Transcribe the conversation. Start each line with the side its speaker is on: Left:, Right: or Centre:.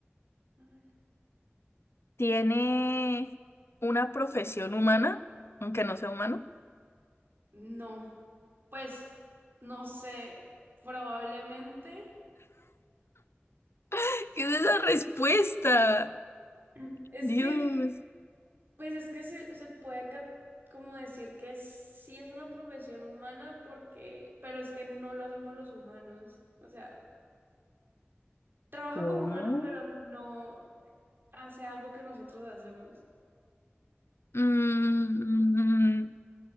Right: Animal.
Left: ¿tiene una profesión humana? Aunque no sea humano.
Right: No. Pues, no sé. Probablemente.
Left: <laughs> ¿Qué es esa respuesta?
Right: <clears throat> Es
Left: Dios.
Right: que. Pues es que se, se puede ca- como decir que sí es una profesión humana porque, pero es que no lo hacemos los humanos. O sea, trabaja
Left: ¿Cómo?
Right: como humano, pero no hace algo que nosotros hacemos.
Left: Mm,